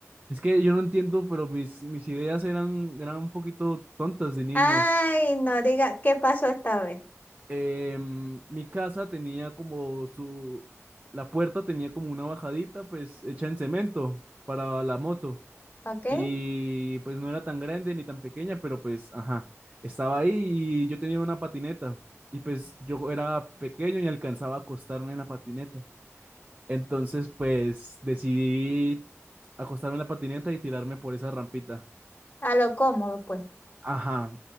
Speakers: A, on the right; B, on the left.
A: es que yo no entiendo, pero mis, mis ideas eran, eran un poquito tontas de niño.
B: Ay, no diga, ¿qué pasó esta vez?
A: Em, mi casa tenía como su, la puerta tenía como una bajadita, pues hecha en cemento para la moto.
B: ¿Ok?
A: Y pues no era tan grande ni tan pequeña, pero pues, ajá, estaba ahí y yo tenía una patineta. Y pues yo era pequeño y alcanzaba a acostarme en la patineta. Entonces, pues decidí acostarme en la patineta y tirarme por esa rampita.
B: A lo cómodo, pues.
A: Ajá.